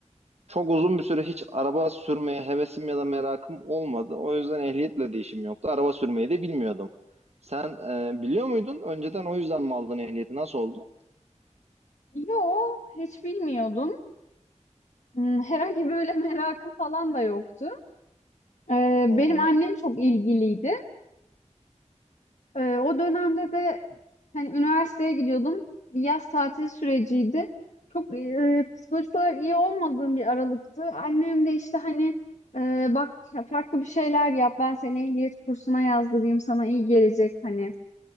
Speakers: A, on the right; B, on the left.
A: çok uzun bir süre hiç araba sürmeye hevesim ya da merakım olmadı. O yüzden ehliyetle de işim yoktu. Araba sürmeyi de bilmiyordum. Sen e, biliyor muydun? Önceden o yüzden mi aldın ehliyeti? Nasıl oldu?
B: Yo, hiç bilmiyordum. Hmm, herhangi böyle <laughs> merakım falan da yoktu. Ee,
A: Hı hı.
B: benim annem çok ilgiliydi. Ee, o dönemde de hani üniversiteye gidiyordum. Bir yaz tatili süreciydi. Çok e, psikolojik olarak iyi olmadığım bir aralıktı. Annem de işte hani e, bak farklı bir şeyler yap. Ben seni ehliyet kursuna yazdırayım. Sana iyi gelecek hani.